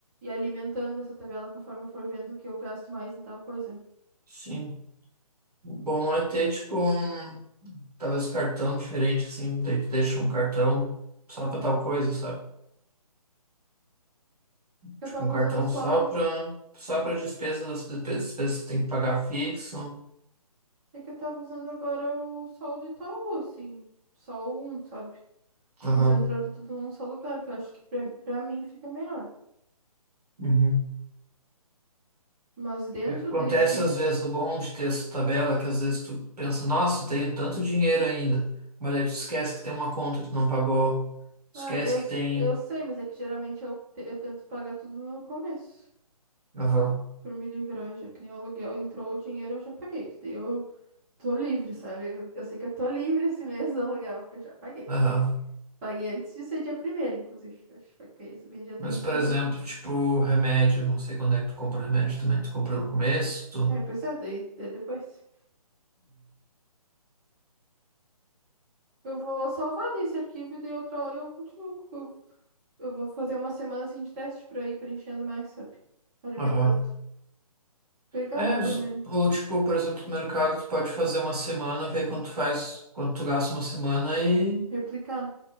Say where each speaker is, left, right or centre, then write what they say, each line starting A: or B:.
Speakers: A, on the right; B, on the right.
A: alimentando essa tabela conforme eu for vendo que eu gasto mais em tal coisa.
B: Sim. Bom é ter, tipo, um, talvez um cartão diferente, assim, daí tu deixa um cartão só pra tal coisa, sabe?
A: Eu
B: Tipo,
A: tava
B: um cartão
A: usando só.
B: só pra, só pra despesas, despesas, despesas que tem que pagar fixo.
A: É que eu tava usando agora o sol do Itaú, assim. Só um, sabe?
B: Aham.
A: Concentrando tudo num só lugar, que eu acho que pra, pra mim fica melhor.
B: Uhum.
A: Mas dentro
B: É, Acontece
A: de- disso.
B: às vezes, o bom de ter essa tabela, é que às vezes tu pensa, nossa, eu tenho tanto dinheiro ainda, mas aí tu esquece que tem uma conta que tu não pagou, esquece
A: Ah, eu,
B: que
A: s-
B: tem...
A: eu sei, mas é que geralmente eu, te- eu tento pagar tudo no começo.
B: Aham,
A: Pra me livrar, já que nem o aluguel entrou, o dinheiro eu já paguei. Que daí eu Tô livre, sabe? Eu, eu sei que eu tô livre esse mês do aluguel, porque eu já paguei.
B: aham.
A: Paguei antes de ser dia primeiro, inclusive. Acho que paguei esse bem dia trinta
B: Mas, por
A: paguei
B: exemplo,
A: dia trinta
B: tipo, remédio, não sei quando é que tu compra remédio também, tu compra no começo, tu...
A: Aí, pois é, daí, daí depois. Eu vou salvar desse arquivo e daí outra hora eu continuo. com- Eu, eu vou fazer uma semana assim de teste pra ir preenchendo mais, sabe? Alimentando.
B: Aham.
A: Obrigado
B: É,
A: por
B: s-
A: me
B: ou tipo, por exemplo, no mercado, tu pode fazer uma semana, ver quanto tu faz, quanto tu gasta uma semana e
A: replicar, né?